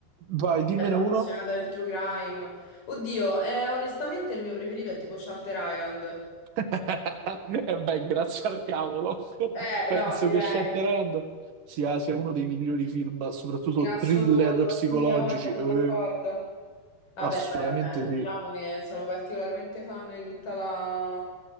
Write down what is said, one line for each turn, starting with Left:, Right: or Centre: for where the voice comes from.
Right: Vai, dimmene
Left: Cioè, sono
Right: uno.
Left: appassionata del true crime. Oddio, eh, onestamente il mio preferito è tipo Shutter Island.
Right: <laughs> E beh, grazie al cavolo. <laughs>
Left: Eh,
Right: Penso
Left: no, direi.
Right: che Shutter Island sia, sia uno dei migliori film, soprattutto
Left: In assoluto,
Right: thriller psicologici.
Left: sì, sì, ho voglia, sono
Right: Eh,
Left: d'accordo. Vabbè,
Right: assolutamente
Left: poi, vabbè,
Right: sì.
Left: diciamo che sono particolarmente fan di tutta la,